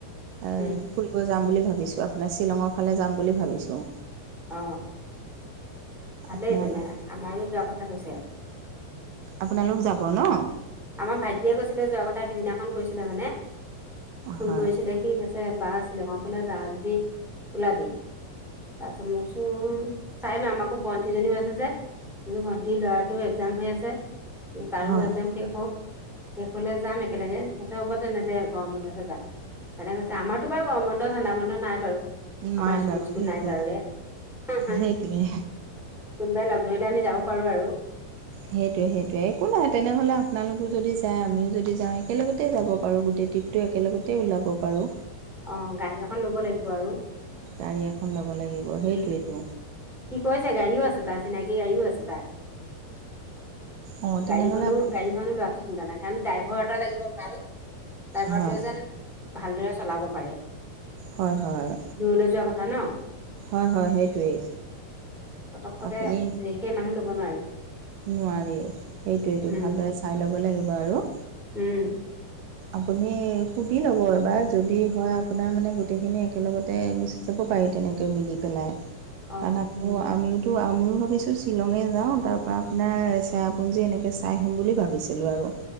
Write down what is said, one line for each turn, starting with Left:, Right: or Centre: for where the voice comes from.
Right: অ',
Centre: উম
Right: ফুৰিব যাম বুলি ভাবিছোঁ আপোনাৰ শ্বিলঙৰ ফালে যাম বুলি ভাবিছোঁ।
Centre: আহ। ভালেই
Right: আপোনাৰ
Centre: তেনে,
Right: মানে
Centre: আমাৰো যোৱা কথা কৈছে।
Right: আপোনালোক যাব ন'?
Centre: আমাৰ ভাইটিয়ে কৈছিলে যোৱাৰ কথা। সিদিনাখন কৈছিলে মানে। ফোন
Right: হয়
Centre: কৰিছিলে সি কৈছে বা শ্বিলঙৰ ফালে যা যদি ওলাবি। তৰছত মই কৈছো চাই লওঁ আমাকো ভন্টিজনীও আছে যে ভন্টি ল'ৰাটো এক্সজাম হৈ আছে। তাৰো
Right: হয়
Centre: এক্জাম শেষ হওক শেষ হলে যাম একেলগে কৈছে হ'ব তেনে দে গৰম বন্ধতে যাম। তেনে কৈছে আমাৰতো বাৰু গৰম বন্ধ ঠাণ্ডা বন্ধ নাই বাৰু
Right: নাই
Centre: আমাৰ স্কুল
Right: বাৰু
Centre: স্কুল
Right: সেইটোৱে
Centre: নাই কাৰোৰে। উম, উম,
Right: সেইটোৱে
Centre: কোনবাই লগ ধৰিলে আমি যাব পাৰোঁ আৰু।
Right: সেইটোয়ে সেইটোয়ে একো নাহাই তেনেহলে আপোনালোকো যদি যায় আমিও যদি যাওঁ একেলগতে যাব পাৰোঁ, গোটেই ট্ৰিপটো একেলগতে ওলাব পাৰোঁ।
Centre: অ গাড়ী এখন লব লাগিব আৰু
Right: গাড়ী এখন ল'ব লাগিব সেইটোৱেতো
Centre: উম, কি কৈছে গাড়ীও আছে তাই চিনাকি গাড়ীও আছে তাই
Right: অঁ তেনেহ'লে
Centre: গাড়ীখনো
Right: আপুনি
Centre: গাড়ীখনো ল'ৰাটো চিন্তা নাই। কাৰণ ড্ৰাইভৰ এটা লাগিব ভাল ড্ৰাইভাৰটোৱে
Right: হয়
Centre: যেন ভালদৰে চলাব পাৰে।
Right: হয়, হয়,
Centre: দূৰলৈ যোৱা কথা ন
Right: হয়, হয়, সেইটোৱেই।
Centre: পতক কতে
Right: আপুনি
Centre: যে সেই মানুহ ল'ব নোৱাৰি।
Right: নোৱাৰি সেইটোৱে
Centre: উম
Right: ভালদৰে চাই ল'ব লাগিব আৰু
Centre: উম,
Right: আপুনি সুধি ল'ব। যদি হয় আপোনাৰ মানে গোটেইখিনি একেলগতে গুচি যাব পাৰি তেনেকৈ মিলি পেলাই।
Centre: অ
Right: কাৰণ আকৌ আমি, তো আময়ও ভাবিছোঁ শ্বিলঙে যাওঁ তাৰপৰা আপোনাৰ চেৰাপুঞ্জী এনেকৈ চাই আহিম বুলি ভাবিছিলোঁ আৰু